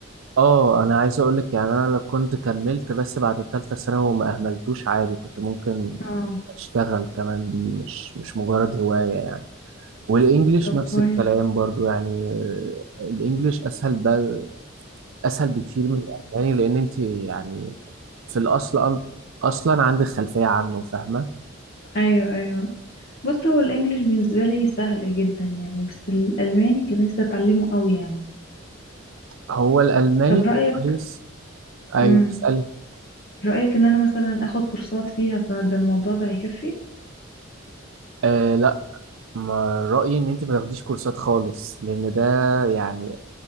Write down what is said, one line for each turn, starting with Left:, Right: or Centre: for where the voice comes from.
Right: اه انا عايز اقول لك يعني انا لو كنت كملت بس بعد الثالثه ثانوي وما اهملتوش عادي كنت ممكن
Left: اه
Right: اشتغل كمان بيه مش مش مجرد هوايه يعني والانجليش
Left: طب
Right: نفس
Left: كويس
Right: الكلام برضو يعني آه، الانجليش اسهل بقى اسهل بكتير من الالماني لان انت يعني في الاصل أن- اصلا عندك خلفيه عنه فاهمه
Left: ايوه ايوه بص هو الانجليش بالنسبه لي سهل جدا يعني بس الالماني كان نفسي اتعلمه قوي يعني
Right: هو الالماني
Left: طب رايك
Right: كويس ايوه
Left: امم
Right: اسالي
Left: رايك ان انا مثلا اخد كورسات فيها فده الموضوع ده هيكفي
Right: آه لا ما رايي ان انت ما تاخديش كورسات خالص لان ده يعني